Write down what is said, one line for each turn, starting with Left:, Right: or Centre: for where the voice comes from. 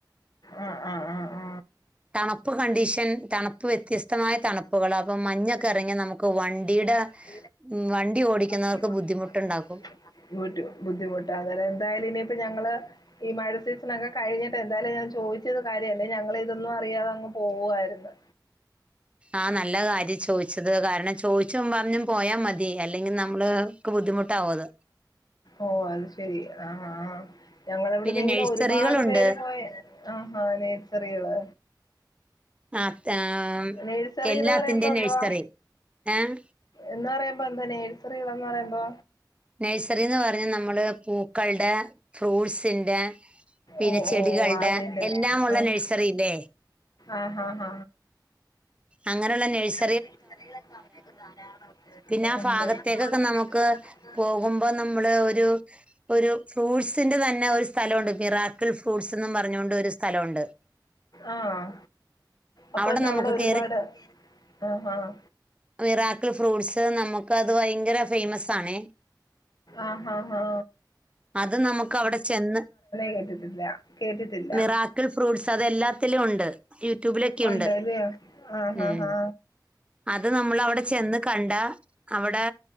Left: ആഹ് ആഹ് ആഹ് ആഹ്
Right: തണുപ്പ് കണ്ടീഷൻ തണുപ്പ് വ്യത്യസ്തമായ തണുപ്പുകളാ അപ്പൊ മഞ്ഞൊക്കെ ഇറങ്ങി നമുക്ക് വണ്ടി വണ്ടിയുടെ
Left: <inaudible>
Right: ഉം ഓടിക്കുന്നവർക്ക്
Left: വണ്ടി ഓടിക്ക
Right: ബുദ്ധിമുട്ടുണ്ടാക്കും.
Left: <inaudible> ബുദ്ധിമുട്ട് എന്തായാലും ഇനിയിപ്പോ ഞങ്ങള് ഈ മഴസിസനക്കെ കഴിഞ്ഞിട്ട് എന്തായാലും ഞാൻ ചോദിച്ചത് കാര്യമല്ല ഞങ്ങള ഇതൊന്നും അറിയാതെങ്ങ പോവുവായിരുന്നു
Right: ആഹ് നല്ല കാര്യം ചോദിച്ചത് കാരണം ചോദിച്ചു പറഞ്ഞും പോയാ മതി അല്ലെങ്കിൽ നമ്മൾക്ക് ബുദ്ധിമുട്ടാവും അത്
Left: ഓഹ് അത് ശെരി ആഹ് ആഹ് ഞങ്ങൾ ഇവിടുന്നെങ്ങിനെ
Right: പിന്നെ നഴ്സറികളുണ്ട്
Left: ഒരുപാട് പേര് പോയ ആഹ് ഹാ നഴ്സറികള്
Right: ആഹ് അത് ഉം
Left: നേഴ്സറിന്ന്
Right: എല്ലാത്തിന്റെയും
Left: പറയുമ്പോ എന്തുവാ?
Right: നഴ്സറി ഏഹ്
Left: എന്ന് പറയുമ്പോ എന്താ നഴ്സറന്ന് പറയുമ്പോ
Right: നഴ്സറി എന്ന് പറഞ്ഞ നമ്മള് പൂക്കളുടെ ഫ്രൂട്സിന്റെ പിന്നെ
Left: ഓ
Right: ചെടികളുടെ
Left: ഓ അതിന്റെ
Right: എല്ലാ ഉള്ള
Left: ആഹ്
Right: നഴ്സറി ഇല്ലേ
Left: ആഹ് ആഹ്
Right: അങ്ങനെയുള്ള നഴ്സ
Left: നഴ്സറികളൊക്കെ അവിടൊക്കെ ധാരാളം ഉണ്ട്
Right: പിന്നെ ആ
Left: ഉണ്ട്
Right: ഭാഗത്തേക്കൊക്കെ
Left: പിന്നെ ആ ഭാഗത്തേക്ക്‌ ഒക്കെ നമുക്ക്
Right: പോകുമ്പോ നമ്മള് ഒരു ഒരു ഫ്രൂട്ട്സിന്റെ തന്നെ ഒരു സ്ഥലമുണ്ട് മിറാ ക്കിൾ ഫ്രൂട്ട്സ് എന്നും പറഞ്ഞുകൊണ്ട് ഒരു സ്ഥലവുണ്ട്
Left: ആഹ് അപ്പൊ
Right: അവിടെ
Left: ഇത്
Right: നമുക്ക്
Left: ഒരുപാട്
Right: കേറി
Left: ആഹ് ആഹ്.
Right: മിറാക്കിൽ ഫ്രൂട്ട്സ് നമുക്ക് അത് ഭയങ്കര ഫേമസ് ആണേ
Left: ആഹാ ഹാ
Right: അത് നമുക്ക് അവിടെ ചെന്ന്
Left: കേട്ടിട്ടില്ല. കേട്ടിട്ടില്ല.
Right: മിറാക്കിൾ ഫ്രൂട്ട്സ് അതെല്ലാത്തിലും ഉണ്ട് യൂട്യൂബിലൊക്കെയുണ്ട്
Left: ഉണ്ടല്ല്യോ? ആഹാഹാ.
Right: മം അത് നമ്മൾ അവിടെ ചെന്ന് കണ്ട അവിടെ